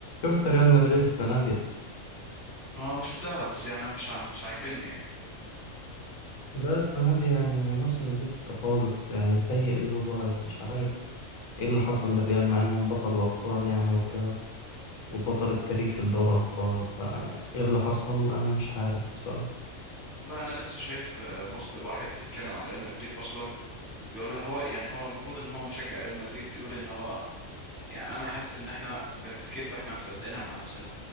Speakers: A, on the left (about 80°); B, on the right (about 20°).
A: شفت ريال مدريد السنة دي
B: آه، انا شفتها بس يعني أنا مش ع- مش عاجبني يعني
A: لا السنة دي يعني موسم زفت خالص يعني سيء للغاية مش عارف ايه اللي حصل للريال مع انهم بطل الأبطال يعني وكده والبطل التاريخي لدوري الأبطال فيعني ايه اللي حصل أنا مش عارف بصراحة
B: والله انا لسه شايف آه، بوست الواحد بيتكلم عن ريال مدريد اصلا بيقول لها هو يعني هو المفروض ان هو مشجع ريال مدريد بيقول ان هو يعني انا حاسس ان احنا ب- في كدبه احنا مصدقينها مع نفسنا